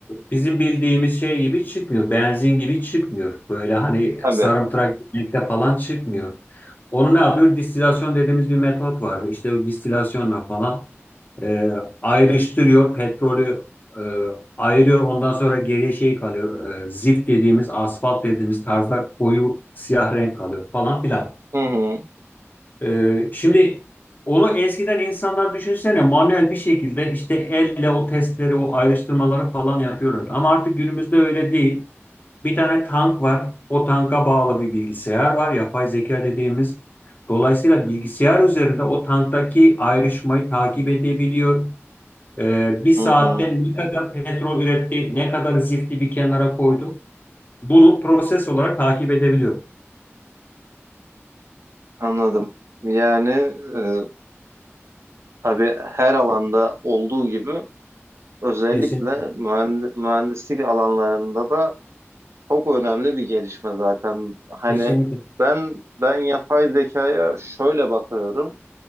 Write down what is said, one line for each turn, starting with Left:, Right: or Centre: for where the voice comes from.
Left: bizim bildiğimiz şey gibi çıkmıyor. Benzin gibi çıkmıyor. Böyle hani
Right: tabii.
Left: sarımtırak gitmekte falan çıkmıyor. Onu ne yapıyor? Distilasyon dediğimiz bir metot vardı. İşte o distilasyonla falan e, ayrıştırıyor. Petrolü e, ayırıyor. Ondan sonra geriye şey kalıyor. E, zift dediğimiz, asfalt dediğimiz tarzda koyu siyah renk kalıyor falan filan.
Right: Hı hı.
Left: Ee, şimdi onu eskiden insanlar düşünsene manuel bir şekilde işte elle o testleri, o ayrıştırmaları falan yapıyorlardı. Ama artık günümüzde öyle değil. Bir tane tank var. O tanka bağlı bir bilgisayar var. Yapay zeka dediğimiz. Dolayısıyla bilgisayar üzerinde o tanktaki ayrışmayı takip edebiliyor. Ee, bir saatte
Right: Hı hı.
Left: ne kadar petrol üretti, ne kadar zifti bir kenara koydu. Bunu proses olarak takip edebiliyor.
Right: Anladım. Yani e, tabii her alanda olduğu gibi özellikle
Left: Kesin,
Right: mühend- mühendislik alanlarında da çok önemli bir gelişme zaten. Hani
Left: kesinlikle.
Right: ben ben yapay zekaya şöyle bakıyorum.